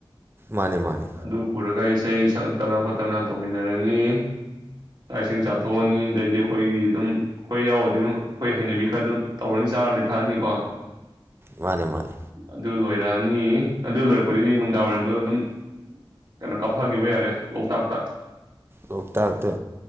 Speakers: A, on the right (about 25°); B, on the right (about 50°).
A: ꯃꯥꯅꯦ ꯃꯥꯅꯦ
B: ꯑꯗꯨ ꯄꯨꯔꯒ ꯑꯩꯁ ꯏꯁꯩ ꯁꯛꯂꯛꯇꯅ ꯈꯣꯠꯇꯅ ꯇꯧꯃꯤꯟꯅꯔꯅꯤ ꯂꯥꯛ ꯏꯁꯤꯡ ꯆꯥꯊꯣꯛꯑꯅꯤ ꯑꯗꯩꯗꯤ ꯑꯩꯈꯣꯏꯒꯤ ꯑꯗꯨꯝ ꯑꯩꯈꯣꯏ ꯌꯥꯎꯔꯗꯤ ꯑꯗꯨꯝ ꯑꯩꯈꯣꯏ ꯍꯩꯅꯕꯤ ꯈꯔ ꯑꯗꯨꯝ ꯇꯧꯔꯅꯤ ꯆꯥꯔꯅꯤ ꯊꯛꯑꯅꯤꯀꯣ
A: ꯃꯥꯅꯦ ꯃꯥꯅꯦ
B: ꯑꯗꯨ ꯏꯔꯥꯅꯤ ꯑꯗꯨ ꯂꯣꯏꯔꯛꯄꯗꯒꯤꯗꯤ ꯅꯨꯡꯗꯥꯡ ꯋꯥꯏꯔꯝꯗꯣ ꯑꯗꯨꯝ ꯀꯩꯅꯣ ꯀꯥꯞꯐꯈꯤꯕ ꯌꯥꯔꯦ ꯂꯣꯛꯇꯥꯛꯇ
A: ꯂꯣꯛꯇꯕꯇ